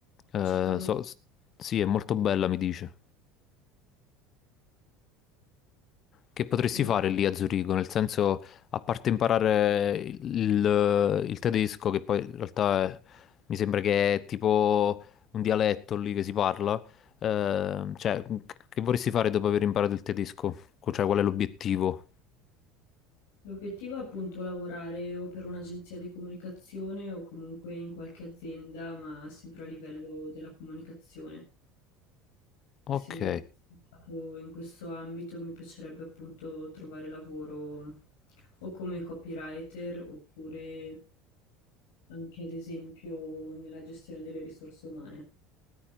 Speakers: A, on the left (about 40°); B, on the left (about 70°).
A: eh,
B: città molto...
A: so- s- sì, è molto bella, mi dice. Che potresti
B: e
A: fare lì a Zurigo? Nel senso, a parte imparare il, il tedesco, che poi in realtà è- mi sembra che è tipo un dialetto lì che si parla, eh, cioè, che vorresti fare dopo aver imparato il tedesco? Cioè, qual è l'obiettivo?
B: L'obiettivo è appunto lavorare o per un'agenzia di comunicazione o comunque in qualche azienda, ma sempre a livello della comunicazione.
A: Ok,
B: Essendo che ho studiato in questo ambito, mi piacerebbe appunto trovare lavoro o come copywriter oppure anche ad esempio nella gestione delle risorse umane.